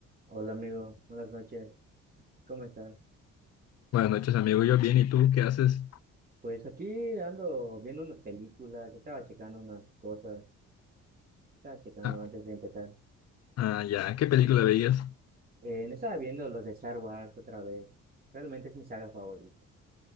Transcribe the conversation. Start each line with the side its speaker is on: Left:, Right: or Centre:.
Right: Hola amigo, buenas noches, ¿cómo estás?
Left: Buenas noches, amigo. Yo bien, ¿y tú qué haces?
Right: Pues aquí ando viendo unas películas, estaba checando unas cosas, estaba checando
Left: Ah,
Right: antes de empezar.
Left: ah, ya, ¿qué película veías?
Right: Eh, me estaba viendo los de Star Wars otra vez, realmente es mi saga favorita.